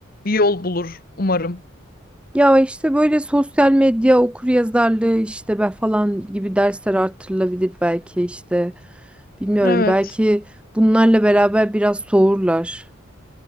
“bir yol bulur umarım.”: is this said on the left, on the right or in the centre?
Left